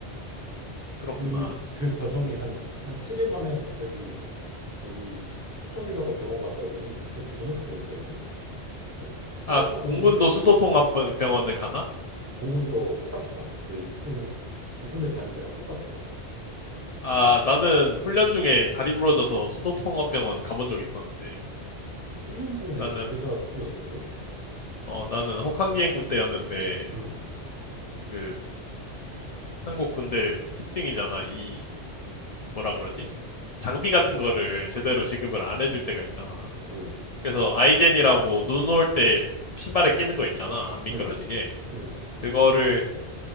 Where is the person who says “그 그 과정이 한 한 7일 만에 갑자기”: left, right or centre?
Right